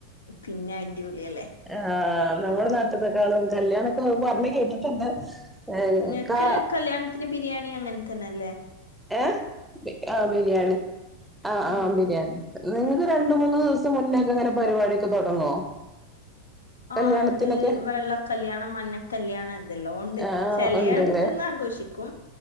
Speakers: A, on the left; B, in the centre.
A: പിന്നെ അടിപൊളിയല്ലേ
B: ആഹ് നമ്മുടെ നാട്ടത്തെേക്കാളും കല്യാണൊക്കെ പറഞ്ഞ് കേട്ടിട്ടുണ്ട് ഏ
A: ഇങ്ങക്ക്
B: ക്ക
A: കല്യാണത്തിന് ബിരിയാണി അങ്ങനെ തന്നെ അല്ലേ
B: ഏഹ് ആഹ് ബിരിയാണി ആഹ്
A: ഉം
B: ആഹ് ബിരിയാണി നിങ്ങക്ക് രണ്ട് മൂന്ന് ദിവസം മുന്നേക്കെ അങ്ങനെ പരിപാടിയൊക്കെ തുടങ്ങുവോ
A: ആ
B: കല്യാണത്തിനൊക്കെ
A: ഇണ്ട് വെള്ള കല്യാണം മഞ്ഞക്കല്യാണം എന്തെല്ലാ ഉണ്ട്
B: ആഹ്
A: ചെലയ
B: ഉണ്ടല്ലേ
A: അടുത്ത്ന്ന് ആഘോഷിക്കും